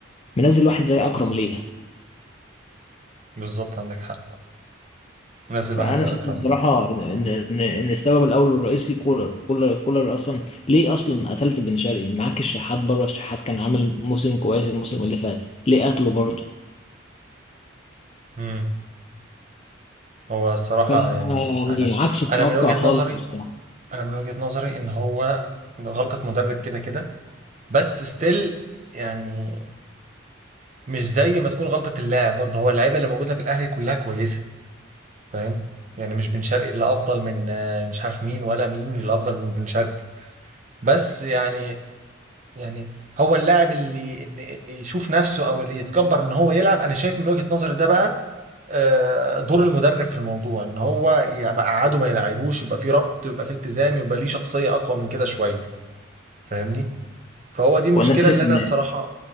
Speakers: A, on the left; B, on the right.
A: منزل واحد زي أكرم
B: بالظبط
A: ليه؟
B: بالظبط عندك حق منزل
A: فانا
B: واحد زي
A: شايف
B: اكرم
A: بصراحه
B: ليه
A: ان ان ان إن السبب الاول والرئيسي كولر كولر كولر اصلا ليه اصلا قتلت بن شرقي معاك الشحات بره الشحات كان عامل موسم كويس الموسم اللي فات ليه قتله برضه
B: امم هو الصراحه
A: ف
B: يعني انا
A: يعني عكس التوقع
B: انا من وجهة
A: خالص
B: نظري
A: بصراحه
B: انا من وجهة نظري ان هو غلطة مدرب كده كده بس ستيل يعني مش زي ما تكون غلطة اللاعب برضه هو اللعيبة اللي موجودة في الاهلي كلها كويسة فاهم يعني مش بن شرقي اللي افضل من آه، مش عارف مين ولا مين اللي افضل من بن شرقي بس يعني يعني هو اللاعب اللي اللي اللي يشوف نفسه او اللي يتكبر ان هو يلعب انا شايف من وجهة نظري ده بقى آه، دور المدرب في الموضوع ان هو يقعده ما يلعبوش يبقى في ربط يبقى في التزام يبقى ليه شخصية اقوى من كده شوية فاهمني فهو دي المشكلة
A: وانا شايف
B: اللي
A: ان
B: أنا الصراحة